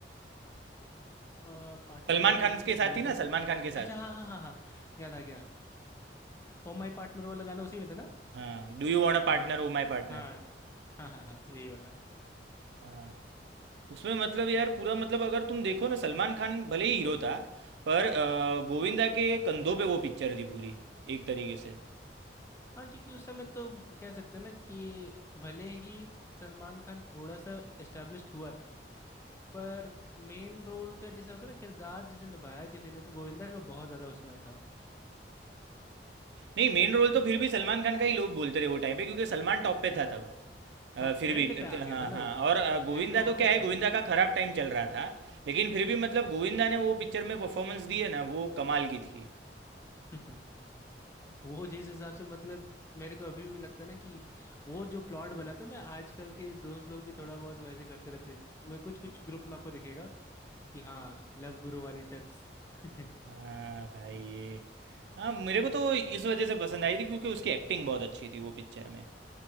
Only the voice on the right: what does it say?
सलमान
खान
के साथ
थी
ना सलमान खान के
साथ
हाँ do you want a partner
oh my partner
हाँ उसमें मतलब यार पूरा मतलब अगर तुम देखो ना सलमान खान भले ही हीरो था पर अ, गोविंदा के कंधों पे वो पिक्चर थी पूरी एक तरीके से
नहीं मेन रोल तो फिर भी सलमान खान का ही लोग बोलते रहे वो टाइम पे क्योंकि सलमान टॉप पे था तब अ,
फिर
भी
त-
हाँ
हाँ
और अ, गोविंदा
तो क्या
है
गोविंदा
का खराब टाइम चल रहा था लेकिन फिर भी मतलब गोविंदा ने वो पिक्चर में परफॉर्मेंस दी है ना वो कमाल की थी
हाँ भाई ये हाँ मेरे को तो इस वजह से पसंद आई थी क्योंकि उसकी एक्टिंग बहुत अच्छी थी वो पिक्चर में